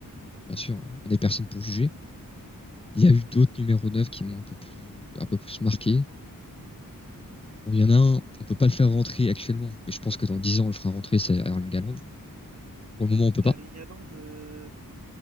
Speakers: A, on the left; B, on the right.
A: bien sûr, on n'est personne pour juger. Il y a eu d'autres numéros 9 qui m'ont un peu plus, un peu plus marqué. Bon, il y en a un, on peut pas le faire rentrer actuellement, mais je pense que dans 10 ans, on le fera rentrer, c'est Erling Galland. Pour le moment, on peut
B: Erling
A: pas.
B: Haaland, euh,